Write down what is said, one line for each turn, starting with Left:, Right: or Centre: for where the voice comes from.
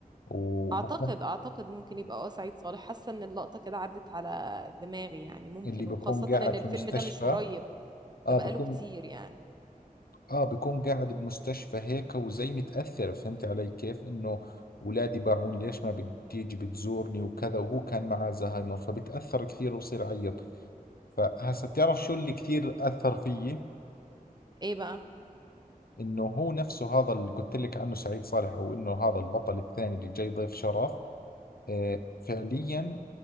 Left: و
Right: اعتقد اعتقد ممكن يبقى اه سعيد صالح حاسة ان اللقطة كده عدت على دماغي يعني ممكن
Left: اللي بيكون
Right: وخاصة
Left: قاعد
Right: ان الفيلم
Left: في مستشفى
Right: ده مش قريب
Left: اه
Right: ده بقاله
Left: بيكون
Right: كتير يعني
Left: اه بيكون قاعد بمستشفى هيك وزي متأثر فهمت علي كيف انه اولادي باعوني ليش ما بتيجي بتزورني وكذا وهو كان معاه زهايمر فبتأثر كثير وبصير يعيط فهسا بتعرف شو اللي كثير أثر فيي
Right: ايه بقى
Left: انه هو نفسه هذا اللي قلت لك عنه سعيد صالح او انه هذا البطل الثاني اللي جاي ضيف شرف آه فعليا